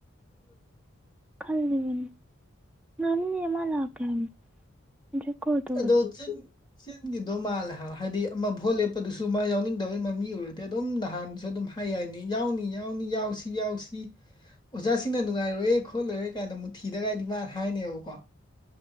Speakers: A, on the left; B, in the centre.
A: <unintelligible>
B: ꯈꯜꯂꯤꯕꯅꯤ ꯉꯝꯅꯤ ꯃꯥ ꯂꯛꯀꯦ ꯍꯥꯏꯕꯅꯦ ꯑꯗꯨꯗꯤ ꯀꯣꯠ ꯇꯣ__
A: ꯑꯗꯣ ꯆꯤꯟ ꯆꯤꯟ ꯒꯤꯗꯣ ꯃꯥꯜꯂꯦ ꯍꯥꯏꯕ ꯍꯥꯏꯗꯤ ꯑꯃ ꯚꯣꯠ ꯂꯦꯞꯄꯗꯨꯁꯨ ꯃꯥ ꯌꯥꯎꯅꯤꯡꯗꯕꯩ ꯃꯃꯤ ꯑꯣꯏꯔꯗꯤ ꯑꯗꯨꯝ ꯅꯍꯥꯟꯁꯨ ꯑꯗꯨꯝ ꯍꯥ__ ꯍꯥꯏ ꯌꯥꯏꯅꯤ ꯌꯥꯎꯅꯤ ꯌꯥꯎꯅꯤ ꯌꯥꯎꯁꯤ ꯌꯥꯎꯁꯤ ꯑꯣꯖꯥꯁꯤꯡꯅ ꯅꯨꯡꯉꯥꯏꯔꯣꯏꯑꯦ ꯈꯣꯠꯂꯥꯔꯣꯏ ꯀꯥꯏꯅ ꯃꯨꯠꯊꯤꯗꯒꯥꯏꯗꯤ ꯃꯥꯅ ꯍꯥꯏꯅꯦꯕꯀꯣ